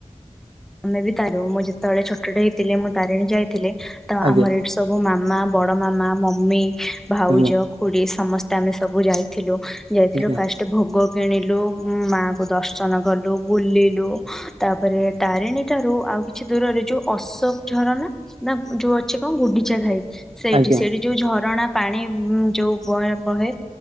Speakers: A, in the centre; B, on the right.
A: ଆମେ ବି <unintelligible> ମୁଁ ଯେତେବେଳେ ଛୋଟଟେ ହେଇଥିଲି ମୁଁ ତାରିଣୀ ଯାଇଥିଲି ତ
B: ଆଜ୍ଞା
A: ଆମର ଏଠି ସବୁ ମା ମା ବଡମାମା ମମି ଭାଉଜ
B: ଆଜ୍ଞା
A: ଖୁଡି ସମସ୍ତେ ଆମେ ସବୁ ଯାଇଥିଲୁ। ଯାଇଥିଲୁ
B: ଆଜ୍ଞା
A: ଫାଷ୍ଟ ଭୋଗ କିଣିଲୁ ମା କୁ ଦର୍ଶନ କଲୁ ବୁଲିଲୁ ତାପରେ ତିରିଣୀଟା ଠାରୁ ଆଉ କିଛି ଦୂରରେ ଯୋଉ ଅଶୋକ ଝରଣା ନା ଯୋଉ ଅଛି କଣ ଗୁଣ୍ଡିଚାଘାଇ ସେଇଠି
B: ଆଜ୍ଞା
A: ସେଇଠି ଯୋଉ ଝରଣା ପାଣି ଉଁ ଯୋଉ ବହେ ବହେ